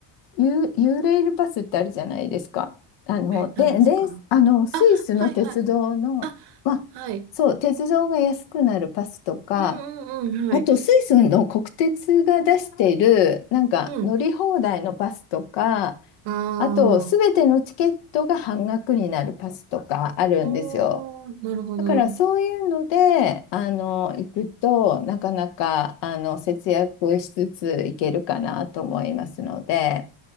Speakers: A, on the left; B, on the right.
A: ユー、ユーレールパスってあるじゃないですか。あの、
B: え、何ですかあ、
A: で、で、あの、スイスの鉄道の、
B: はいはい。あ、
A: まあ、
B: はい。
A: そう、鉄道が安くなるパスとか、
B: うんうんうん、はい。
A: あとスイスの国鉄が出している、なんか乗り放題のパスとか、
B: うん。ああ、
A: あと、すべてのチケットが半額になるパスとかあるんですよ。
B: おー、なるほど。
A: だからそういうので、あの、行くと、なかなか、あの、節約しつつ行けるかなと思いますので。